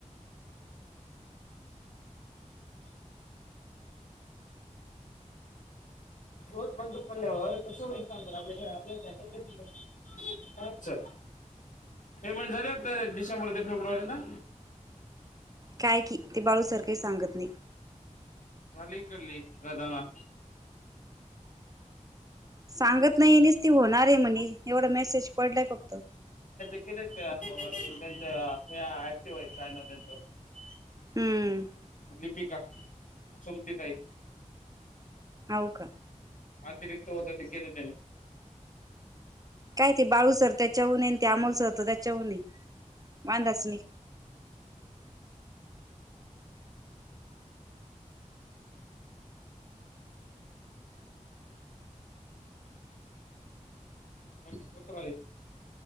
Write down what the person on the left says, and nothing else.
रोज बंदूक पडल्यावर कस होईल सांग आपल्याला काय आपल्या अच्छा पेमेंट झाली डिसेंबर ते फेब्रुवारी ना
झाली इकडली रादाना
गेले <unintelligible> हे ऍक्टिव्ह आहेत काय ना त्यांच
लीपिका सुमती ताई
अतिरिक्त होत ते केलं त्यानी
<unintelligible> आहे